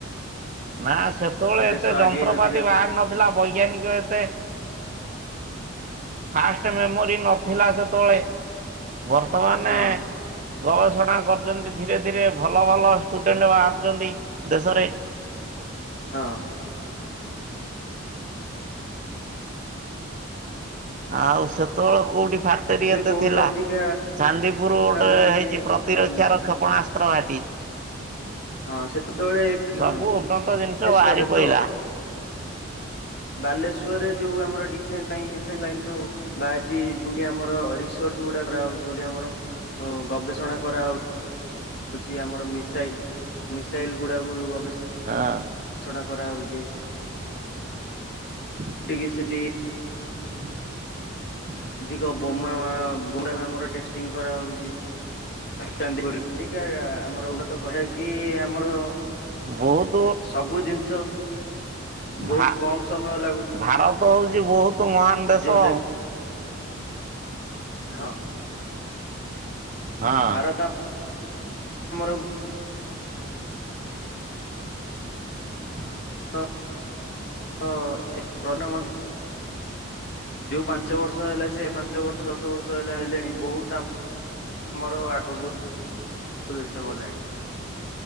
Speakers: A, on the right (about 35°); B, on the left (about 50°).
A: ନା ସେତେବେଳେ
B: ଦେଶ
A: ଏତେ ଯନ୍ତ୍ରପାତି
B: ଆଗେଇ ନଥିଲା
A: ବାହାରି ନଥିଲା ବୈଜ୍ଞାନିକ ତେ ଫାଷ୍ଟ ମେମୋରି ନଥିଲା ସେତେବେଳେ ବର୍ତ୍ତମାନ
B: ହଁ
A: ଗବେଷଣା କରୁଛନ୍ତି ଧୀରେ ଥିରେ ଭଲ ଭଲ ଷ୍ଟୁଡେଣ୍ଟ ବାହାରୁଛନ୍ତି ଦେଶରେ।
B: ହଁ।
A: ଆଉ ସେତେବେଳେ କୋଉଠି ଫାକ୍ଟରୀ
B: ଏବେ
A: ଏତେ
B: ବହୁତ
A: ଥିଲା।
B: ଅଧିକା
A: ଚାନ୍ଦିପୁରୁ ଗୋଟେ
B: ମାନେ
A: ହେଇଛି ପ୍ରତିରକ୍ଷାର
B: ଅ
A: କ୍ଷେପଣାସ୍ତ୍ର ଘାଟି।
B: ହଁ ସେତେବେଳେ କିଅ
A: ସବୁ
B: ବାଲେଶ୍ଵରରେ
A: ଉନ୍ନତ ଜିନିଷ ବାହାରି ପଇଲା
B: ତ? ବାଲେଶ୍ଵରରେ ଯୋଉ ଆମର ଡି <unintelligible> ଯୋଉ ବାହାରିଛି ଯୋଉଠି ଆମର ରିସର୍ଚ ଯୋଉଟା କରାହଉଛି ଯୋଉଠି ଆମର ହଁ ଗବେଷଣା କରାହଉ ହଛି ଆମର ମିସାଇଲ ମିସାଇଲ ଗୁଡ଼ାକୁ ଗବେଶ
A: ହାଁ।
B: ଛଣା କରାହଉଛି।
A: ହୁଁ
B: ଡିିଗି ସେଟି
A: ହ ହ
B: ଅଧିକ ବୋମା ବୋମାର ଟେଷ୍ଟିଂ କରାହଉଛି। ଚାନ୍ଦିପୁରରେ ଅଧିକ ଆମର ଉନ୍ନତ <unintelligible> କିି ଆମର
A: ବହୁତ
B: ସବୁ ଜିନିଷ। ବହୁତ
A: ଭା
B: କମ ସମୟ ଲାଗୁ
A: ଭାରତ ହଉଛି ବହୁତ ମହାନ୍ ଦେଶ।
B: ଯୋଉଟା ହଁ।
A: ହଁ।
B: ଭାରତ <unintelligible>
A: ହୁଁ
B: <unintelligible> <unintelligible> ଯୋଉ ପାଞ୍ଚ ବର୍ଷ ହେଲା ସେ ପା ଞ୍ଚ ବର୍ଷ ଦଶ ବର୍ଷ ହେଲା ହେଲେଣି ବହୁତ ଆମ ଆମର ଆଗକୁ <unintelligible>